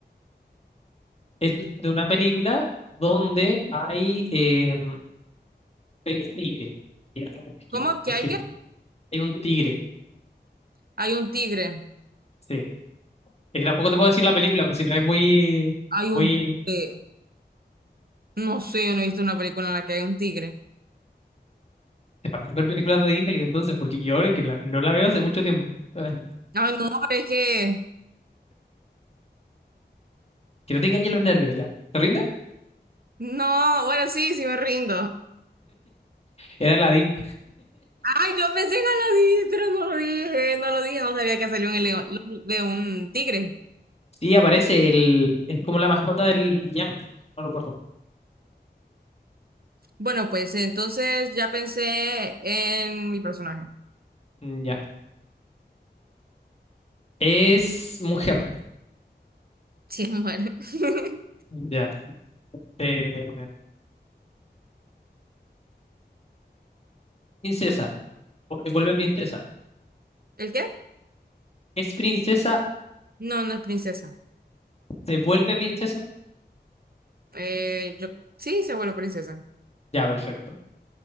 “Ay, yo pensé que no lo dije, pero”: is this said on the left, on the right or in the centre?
Right